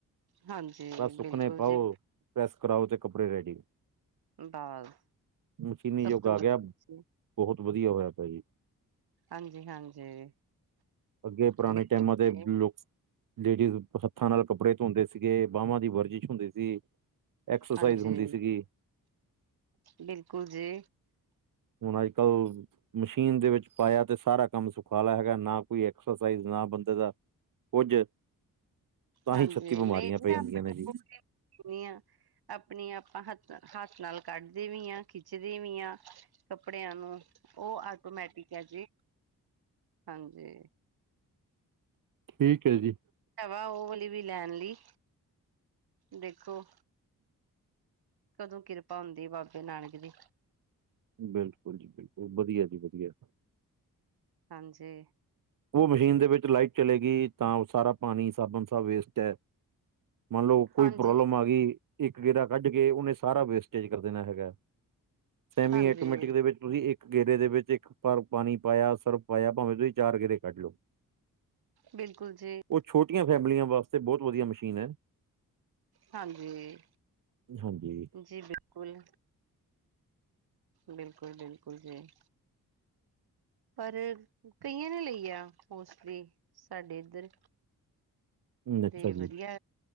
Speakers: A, on the right (about 75°); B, on the right (about 55°).
A: ਹਾਂਜੀ
B: ਬਸ ਸੁੱਕਣੇ
A: ਬਿਲਕੁਲ
B: ਪਾਓ
A: ਜੀ।
B: ਪ੍ਰੈਸ ਕਰਾਓ, ਤੇ ਕੱਪੜੇ ਰੈਡੀ।
A: ਬਸ
B: ਮਸ਼ੀਨੀ
A: ਸਭ
B: ਯੁੱਗ
A: ਤੋਂ
B: ਆ
A: ਵ
B: ਗਿਆ। ਬਹੁਤ ਵਧੀਆ ਹੋਇਆ ਪਿਆ ਜੀ।
A: ਹਾਂਜੀ ਹਾਂਜੀ।
B: ਅੱਗੇ ਪੁਰਾਣੇ
A: ਬਿਲਕੁਲ
B: ਟਾਈਮਾਂ ਤੇ
A: ਜੀ
B: ਲੋ ਲੇਡੀਜ਼ ਹੱਥਾਂ ਨਾਲ ਕੱਪੜੇ ਧੋਂਦੇ ਸੀਗੇ। ਬਾਹਵਾਂ ਦੀ ਵਰਜਿਸ਼ ਹੁੰਦੀ ਸੀ। ਐਕਸਰਸਾਈਜ਼
A: ਹਾਂਜੀ
B: ਹੁੰਦੀ ਸੀਗੀ।
A: ਬਿਲਕੁਲ ਜੀ
B: ਹੁਣ ਅੱਜ-ਕੱਲ ਮਸ਼ੀਨ ਦੇ ਵਿੱਚ ਪਾਇਆ ਤੇ ਸਾਰਾ ਕੰਮ ਸੁਖਾਲਾ ਹੈਗਾ ਨਾ ਕੋਈ ਐਕ ਐਕਸਰਸਾਈਜ਼ ਨਾ ਬੰਦੇ ਦਾ ਕੁੱਝ ਤਾਂ
A: ਹਾਂਜੀ
B: ਹੀ ਛੱਤੀ ਬਿਮਾਰੀਆਂ
A: ਨਈ ਜੀ
B: ਪੈ
A: ਮੈ
B: ਜਾਂਦੀਆਂ
A: ਆਪਣੇ
B: ਨੇ
A: ਆਪ
B: ਜੀ
A: ਕੁਟਕੇ ਧੋਣੀ ਆ। ਆਪਣੀ ਆਪਾਂ ਹੱਥ -ਹੱਥ ਨਾਲ ਕੱਢਦੇ ਵੀ ਆ ਖਿੱਚਦੇ ਵੀ ਆ। ਕੱਪੜਿਆਂ ਨੂੰ, ਉਹ ਆਟੋਮੈਟਿਕ ਐ ਜੀ। ਹਾਂਜੀ
B: ਠੀਕ ਐ ਜੀ।
A: ਹੈਗਾ ਉਹ ਵਾਲੀ ਵੀ ਲੈਣ ਲਈ ਦੇਖੋ। ਕਦੋਂ ਕਿਰਪਾ ਹੁੰਦੀ ਬਾਬੇ ਨਾਨਕ ਦੀ
B: ਬਿਲਕੁਲ ਜੀ ਬਿਲਕੁਲ, ਵਧੀਆ ਜੀ ਵਧੀਆ।
A: ਹਾਂਜੀ।
B: ਉਹ ਮਸ਼ੀਨ ਦੇ ਵਿੱਚ ਲਾਈਟ ਚਲੇ ਗਈ ਤਾਂ ਉਹ ਸਾਰਾ ਪਾਣੀ ਸਾਬਣ ਸਬ ਵੇਸਟ ਐ। ਮੰਨ ਲਓ ਕੋਈ
A: ਹਾਂਜੀ,
B: ਪ੍ਰੋਬਲਮ ਆ ਗਈ। ਇੱਕ ਗੇੜਾ ਕੱਢ ਕੇ ਉਹਨੇ ਸਾਰਾ ਵੇਸਟੇਜ ਕਰ ਦੇਣਾ ਹੈਗਾ। ਸੈਮੀ
A: ਹਾਂਜੀ
B: ਆਟੋਮੈਟਿਕ ਦੇ ਵਿੱਚ ਤੁਸੀਂ ਇੱਕ ਗੇਰੇ ਦੇ ਵਿੱਚ ਇੱਕ ਵਾਰ ਪਾਣੀ ਪਾਇਆ ਸਰਫ ਪਾਇਆ ਭਾਵੇਂ ਤੁਸੀਂ ਚਾਰ ਗੇਰੇ ਕੱਢ ਲਓ।
A: ਬਿਲਕੁਲ ਜੀ
B: ਓ ਛੋਟੀਆਂ ਫੈਮਲੀਆਂ ਵਾਸਤੇ ਬਹੁਤ ਵਧੀਆ ਮਸ਼ੀਨ ਹੈ ਐ।
A: ਹਾਂਜੀ,
B: ਹਾਂਜੀ
A: ਜੀ ਬਿਲਕੁਲ। ਬਿਲਕੁਲ-ਬਿਲਕੁਲ ਜੀ। ਪਰ ਕਈਆਂ ਨੇ ਲਈ ਆ ਮੋਸਟਲੀ ਸਾਡੇ ਇੱਧਰ
B: <inaudible>
A: ਤੇ
B: ਜੀ
A: ਵਧੀਆ